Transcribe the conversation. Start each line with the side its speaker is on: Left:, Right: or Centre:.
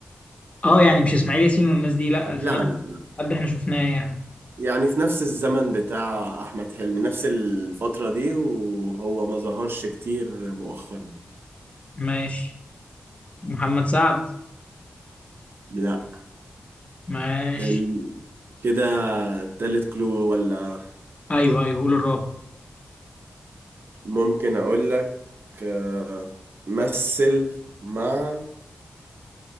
Left: اه يعني مش اسماعيل ياسين والناس دي لا الفنات
Right: لا لا لا
Left: حد احنا شفناه يعني
Right: يعني في نفس الزمن بتاع احمد حلمي نفس الفترة دي وهو ما ظهرش كتير مؤخرا
Left: ماشي محمد سعد
Right: لا
Left: ماشي
Right: كان كده تالت كلو ولا
Left: ايوه ايوه قول الرابع
Right: ممكن اقول لك آه مثل مع